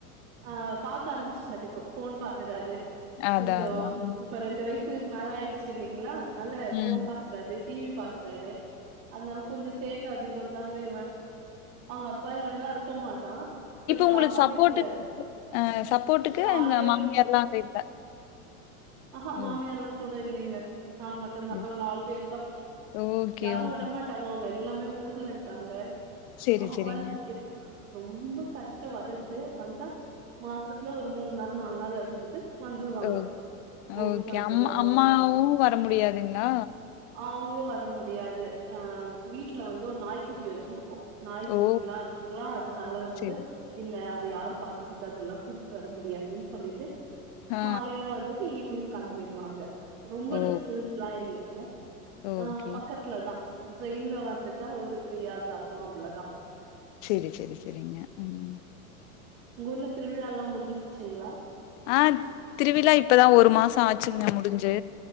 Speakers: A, on the right; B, on the left.
A: ஆ பாக்க ஆரம்பிச்சிட்டாரு இப்போ ஃபோன் பாக்குறாரு
B: அதான்,
A: கொஞ்சோ
B: அதான்.
A: இப்ப ரெண்டு வயசு மேல ஆயிடுச்சு இல்லிங்ளா அதனால போன்
B: ம்.
A: பாக் க்குறாரு டீவி பாக்குறாரு அதனால கொஞ்சோ சேட்டா அதிகம்ந்தாங்க இவ அவுங்க அப்பா இல்ல இருக்க மாட்டா பட் இப்ப
B: உங்களுக்கு
A: அம்மா
B: சப்போர்ட்டு
A: வீட்ல
B: அ சப்போர்டுக்கு
A: யாரு
B: அங்க மாமியார்ல்லா அங்க இல்ல
A: அஹா மாமியார்லா
B: ஓ!
A: கூட இல்லைங்க நாங்க மட்டுந்தா
B: சரி.
A: நாங்க நாலு பேர்தா
B: ஓகே,
A: யாரு
B: ஓகே.
A: வரமாட் தங்கங்க எல்லாமே ஊர்ல இருக்காங்க
B: சரி,
A: அவ
B: சரிங்க.
A: வரு எ ரொம்ப கஷ்டோ வர்ரது வந்தா மாசத்துல ஒரு மூண் நாள் நால் நாள் இருந்துது வந்துருவாங்க
B: ஓகே,
A: ஊருக்கு
B: ஓகே.
A: வந்துருவாங்கங்க
B: அம்மா அம்மாவும் வர முடியாதுங்களா?
A: அவங்ளு வர முடியாது அ வீட்ல வந்து ஒரு நாய்க்குட்டி வச்சிருக்கோ நாய்க்குட்டில்லா
B: ஓ!
A: இருக்குங்ளா அதனால வந்து
B: சரி.
A: இல்ல அத யாரு பாத்துக்கது அதெல்லா கூட்டிட்டு வர முடியாதுன் சொல்லிட்டு
B: ஆ, ஆ.
A: காலையில வந்துட்டு ஈவ்னிங் கெளம்பிடுவாங்க ரொம்ப
B: ஓ!
A: டிஸ்டன்ல்லா இல்லைங்க
B: ஓகே.
A: ஆ பக்கத்துலதா ட்ரெயின்ல வந்துட்டா ஒரு த்ரீ ஹார்ஸ் ஆகு அவ்வளோதா
B: செரி செரி செரிங்க ம்
A: உங்கஊர்ல திருவிழால்லா முடிஞ்சிச்சுங்ளா
B: ஆ திருவிழா இப்பதா ஒரு மாசோ ஆச்சுங்க முடுஞ்சு